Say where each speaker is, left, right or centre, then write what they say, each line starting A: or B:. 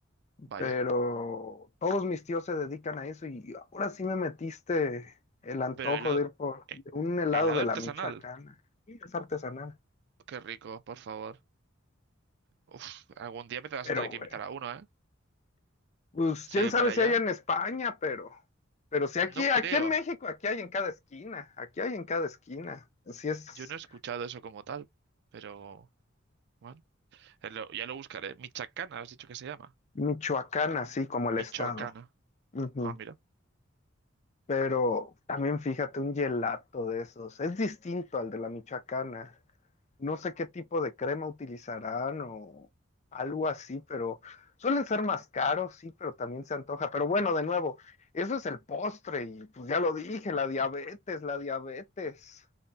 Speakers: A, on the right; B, on the left.
A: vaya.
B: Pero todos mis tíos se dedican a eso y ahora sí me metiste el antojo
A: Pero helado,
B: de ir por
A: eh,
B: de un helado
A: helado
B: de
A: artesanal,
B: la Michoacana. Y es artesanal.
A: qué rico, por favor. Uf, algún día me te vas
B: Pero
A: a tener que
B: bueno,
A: invitar a uno, ¿eh?
B: pues
A: Sí,
B: quién sabe
A: para
B: si
A: allá.
B: hay en España, pero, pero si aquí,
A: No creo.
B: aquí en México, aquí hay en cada esquina, aquí hay en cada esquina. Así es
A: Yo no he escuchado eso como tal. Pero bueno, eh, lo- ya lo buscaré. Michacana, has dicho que se llama.
B: Michoacán, así como el
A: Michoacana.
B: estado. Ujú.
A: Ah, mira.
B: Pero también fíjate, un gelato de esos es distinto al de la michoacana. No sé qué tipo de crema utilizarán o algo así, pero suelen ser más caros, sí, pero también se antoja. Pero bueno, de nuevo, eso es el postre y pues ya lo dije, la diabetes, la diabetes.